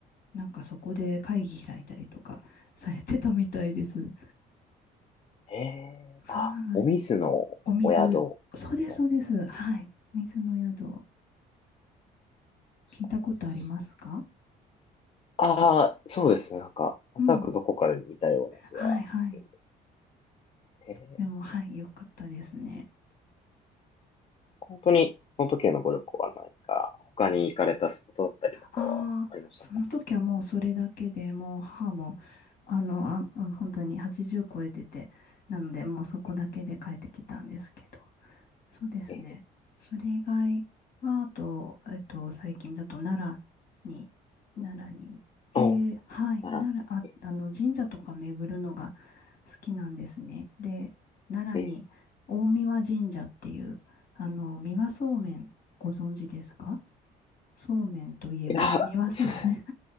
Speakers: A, on the left; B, on the left.
A: なんかそこで会議開いたりとかされてたみたいです。
B: ええあ、
A: はい。
B: お水のお宿みたいな。
A: お水。そうです、そうです。はい。水の宿。
B: すごいです。
A: 聞いたことありますか
B: ああ、そうですね。なんか、なんとなくどこかで見たような気はする。
A: うん。はい、はい。
B: ええ
A: でも、はい、よかったですね。
B: 本当に、その時へのご旅行は何か、他に行かれたスポットだったりとかはありましたか
A: ああ、その時はもうそれだけでもう母も、あの、あ、うん本当に80超えてて、なのでもうそこだけで帰ってきたんですけど。
B: え
A: そうですね。
B: えええ
A: それ以外は、あと、えっと、最近だと奈良に、奈良に行って、
B: お、
A: はい、
B: ならぬ。
A: 奈良、あ、
B: え
A: あの、神社とか巡るのが、好きなんですね。で、奈良に大神神社っていう、
B: ええ
A: あの、三輪そうめんご存知ですかそうめんといえば、
B: えあ、
A: 三輪そうめん
B: そうですね。